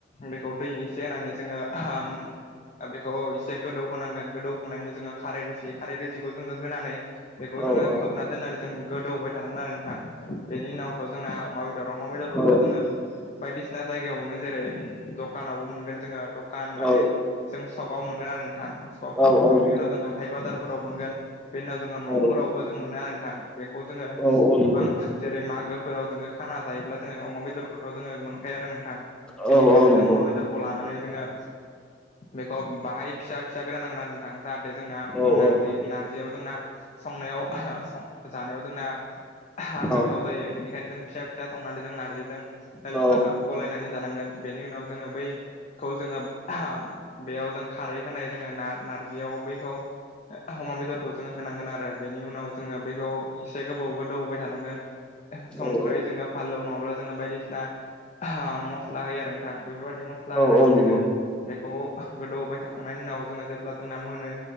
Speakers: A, on the left; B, in the centre.
A: बेखौ दै एसे होनानै जोङो <unintelligible> गोबाव इसे गोदौ होनांगोन गोदौखांनायनिनो जोङो खारै रोसि खारै रोसिखौ जोङो होनानै बेखौ
B: औ
A: जोङो
B: औ औ
A: खोबना दोननानै जों गोदौहोबाय थानांगोन आरो। थां बेनि उनावथ' जोंना अमा बेदर अमा बेदरखौथ'
B: औ
A: जोङो बायदिसिना बिसिना जायगायाव मोनो जेरै द'खानावबो मोनगोन जोङो द'खान माने
B: औ
A: जों स'काव मोनगोन आरो थां स'क
B: औ औ
A: स'कनि
B: नंगौ
A: उनाव जों हाथाय बाजारफोराव मोनगोन बेनि उनाव जों न'फोराव
B: औ
A: खौबो जों मोनो आरो नोंथां बेखौ जोङो
B: औ औ नंगौ
A: गोबां जेरै मागोफोराव जोङो खाना जायोब्ला जोङो अमा बेदरखौथ' जोङो मोनखायो आरो नों थां
B: औ
A: बेनिफ्रायनो
B: औ नंगौ
A: जों अमा बेदर खौ लानानै जोङो बेखौ बाहाय फिसा फिसा गोदा नांगोन आरो नांथां जाहा थे जोंना
B: औ
A: नारजि
B: औ
A: नारजियाव जोंना संनायाव जानायाव जोंना
B: औ
A: गोथाव जायो बेनिखायनो जों फिसा फिसा संनानै जों नारजिजों <unintelligible>
B: औ
A: गलायनानै जानांगोन बेनि उनाव जोङो बै खौ जोङो <unintelligible> बेयाव जों खारै होनाय जोङो ना नारजियाव बैखौ अमा बेदरखौ जोङो होनांगोन आरो। बेनि उनाव जोङो बेखौ एसे गोबाव गोदौ होबाय थानांगोन संख्रै
B: औ
A: जोङो फालौ नङाब्ला जोङो बायदिसिना मस्ला होयो आरो नोंथां बेफोरबायदि मस
B: औ
A: ला होनानै
B: औ नंगौ
A: जोङो
B: औ
A: बेखौ गोदौबाय थाखांनायनि उनाव जोङो जेब्ला जोंना मोनो